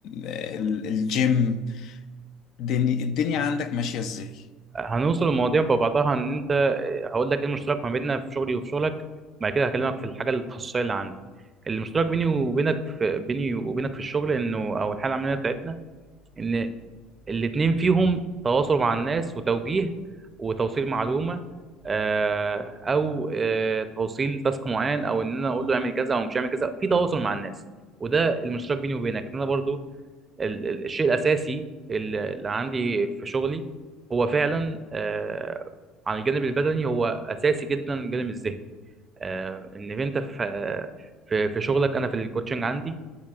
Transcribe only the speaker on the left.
ال- الجيم الدني- الدنيا عندك ماشية ازاي؟